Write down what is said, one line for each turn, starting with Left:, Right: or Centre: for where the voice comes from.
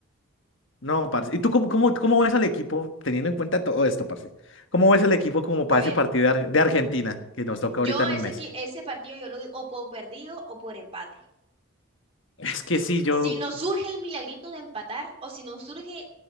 Left: No, parce. ¿Y tú cómo, cómo, cómo ves al equipo, teniendo en cuenta todo esto, parce? ¿Cómo ves al equipo como para
Right: A ver,
Left: ese partido de, Ar- de Argentina que nos toca
Right: yo
Left: ahorita en
Right: ese,
Left: un mes?
Right: que- ese partido yo lo di o por perdido o por empate.
Left: Es que sí, yo...
Right: si nos surge el milagrito de empatar o si nos surge